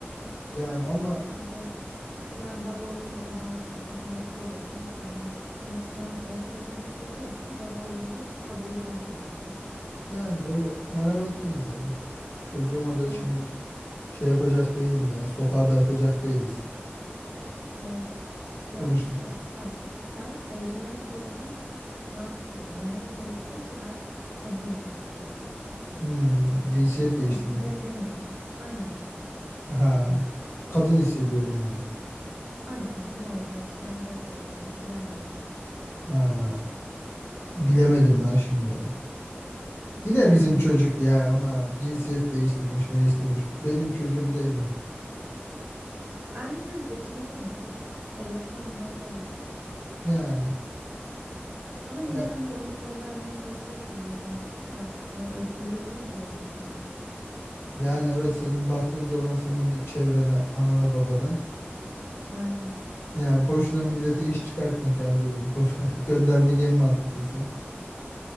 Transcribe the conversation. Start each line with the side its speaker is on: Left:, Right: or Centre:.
Left: Yani ama
Right: Bence yani baba olunca daha merhametli olurdun muhtemelen. Hani şu an ortada hissediyorsan baba olunca kabul ederdim bence.
Left: yani öyle merhametli insanım. Çocuğuma da
Right: Yani.
Left: şimdi şey yapacak değilim ya. Sokağa da atacak değiliz.
Right: Evet. Ya
Left: Sonuçta.
Right: şey ama bak ben orijinal soruda trans dedim. Yani gelip diyor ki ben kadın olmak istiyorum.
Left: Hmm, cinsiyet değiştirmek.
Right: Eşcinselim demiyor. Aynen.
Left: Ha. Kadın hissediyorum. diyor.
Right: Aynen kadın olacağım işte ameliyat olacağım falan diyor.
Left: Ha. Bilemedim ben şimdi. Yine
Right: Hmm.
Left: bizim çocuk ya ama cinsiyet değiştirmiş, değiştirmiş. Benim çocuğum değil mi?
Right: Aynen öyle kime ne canım. Evlat benim ben de öyle derdim.
Left: Yani.
Right: Ama yine
Left: e,
Right: hani onu göndermeye çalışırdım buradan. Çünkü bak yani öldürülebilir bile burada.
Left: yani evet senin baktığın zaman senin bir çevrene, anana, babana.
Right: Aynen.
Left: Yani boşuna millete iş çıkartma kendi bu- boş <laughs> göndermek en mantıklısı.